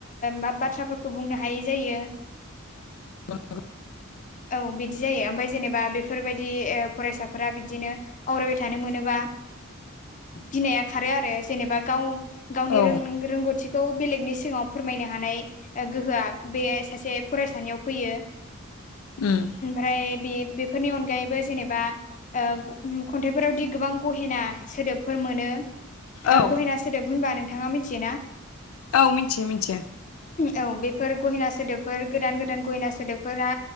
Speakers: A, on the left (about 35°); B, on the left (about 80°).
A: मा बाथ्राफोरखौ बुंनो हायि जायो।
B: अ
A: औ बिदि जायो ओमफफ्राय जेनेबा बेफोरबायदि फरायसाफोरा बिदिनो। आवरायबाय थानो मोनोबा। गिनाया खारो आरो जेनेबा गाव गावनि
B: औ
A: रोंगौथिखौ। बे खौ बेलेगनि सिगाङाव फोरमायनो हानाय गोहोआ बे सासे फरायसानियाव फैयो।
B: <inaudible>
A: ओमफ्राय बे बेफोरनि अनगायैबो जेनेबा खन्थाइफोरावदि गोबां गहेना सोदोबफोर। मोनौ
B: औ
A: गहेना सोदोब होनबा नोंथाङा मिथियोना।
B: औ मिथियो मिथियो
A: औ बेफोर गहिना सोदोबफोर गोदान गोदान गहिना सोदोबफोरा